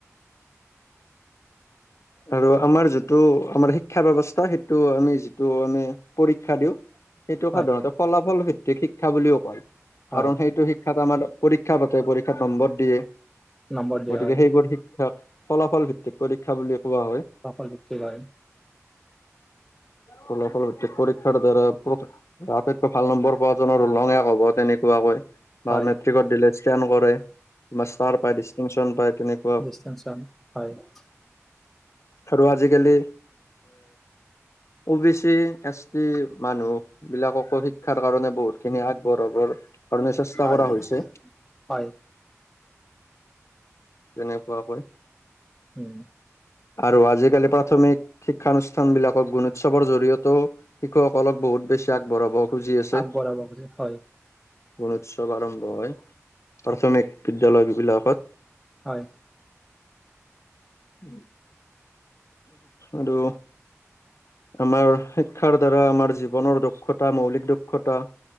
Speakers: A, on the left; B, in the centre.
A: আৰু আমাৰ যিটো আমাৰ শিক্ষা ব্য্ৱস্থা সেইটো আমি যিটো আমি পৰীক্ষা দিওঁ সেইটোক
B: হয়
A: সাধাৰণতে ফলাফল ভিত্তিক শিক্ষা বুলিও কয়
B: হয়
A: কাৰণ সেইটো শিক্ষাত আমাৰ পৰীক্ষা পাতে পৰীক্ষাত নম্বৰ দিয়ে
B: নম্বৰ দিয়া
A: গতিকে
B: হয়
A: সেইবোৰ শ ফলাফল ভিত্তিক পৰীক্ষা বুলিলিয়ে কোৱা হয়
B: কাপাৰ বিতক গায়
A: ফল ফল খ ধাৰ প্ৰ আটাইতকৈ ভাল নম্বৰ পোৱা জ লঙ এক হ'ব তেনেকুৱাকৈ বা
B: হয়
A: মেট্ৰিকত দিলে ষ্টেণ্ড কৰে বা ষ্টাৰ পায় ডিষ্টিংশচন পায় তেনেক
B: ৱেষ্টাৰ্ণ চং হয়।
A: আৰু আজিকালি O B C S T মানুহ বিলাককো শিক্ষাৰ কাৰণে বহুত খিনি আগবঢ়াবৰ কাৰণে চেষ্টা
B: হয়
A: কৰা হৈছে
B: হয়।
A: তেনেকুৱাকৈ।
B: উম।
A: আৰু আজিকালি প্ৰাথমিক শিক্ষানুষ্ঠান বিলাকক গুণোৎসৱৰ জৰিয়তেও শিশুসকলক বহুত বেছি আগবঢ়াব খুজি আছে।
B: আগবঢ়াব খুজি হয়
A: গুণোৎসৱ আৰম্ভ হয় প্ৰাথমিক বিদ্যালয়বিলাকত।
B: হয়।
A: উম। আৰু আমাৰ শিক্ষাৰ দ্বাৰা আমাৰ জীৱনৰ দক্ষতা মৌলিক দক্ষতা